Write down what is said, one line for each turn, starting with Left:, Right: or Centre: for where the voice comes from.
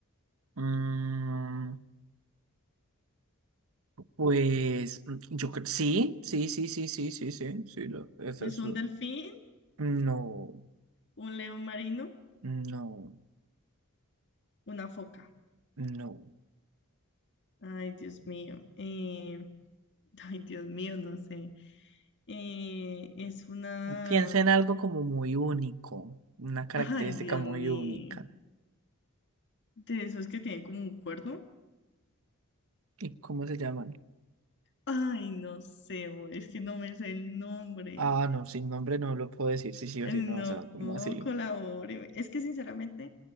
Right: Mm, pues mm, yo creo, sí, sí, sí, sí, sí, sí, sí, sí, lo, esa
Left: es
Right: es su-
Left: un delfín,
Right: No,
Left: un león marino,
Right: no,
Left: una foca.
Right: no.
Left: Ay, Dios mío. Eh, ay, Dios mío, no sé. Eh, es una...
Right: Piensa en algo como muy único, una característica
Left: Ay, Dios
Right: muy
Left: mío.
Right: única.
Left: De esos que tienen como un cuerno.
Right: ¿Y cómo se llaman?
Left: Ay, no sé, es que no me sé el nombre.
Right: Ah, no, sin nombre no lo puedo decir, sí, sí
Left: No,
Right: o sí, no, o sea, como así?
Left: colabore. Es que sinceramente